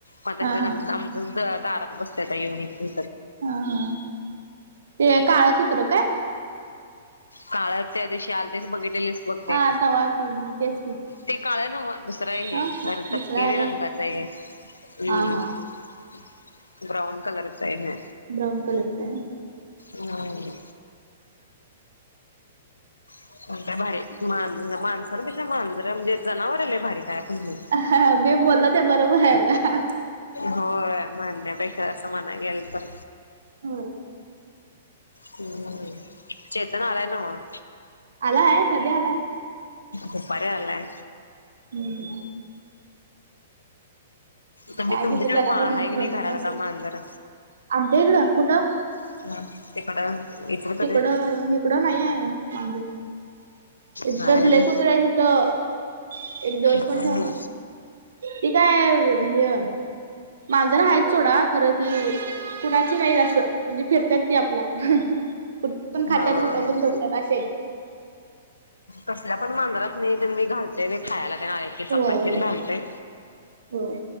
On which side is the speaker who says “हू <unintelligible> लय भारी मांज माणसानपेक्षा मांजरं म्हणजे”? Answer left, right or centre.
Left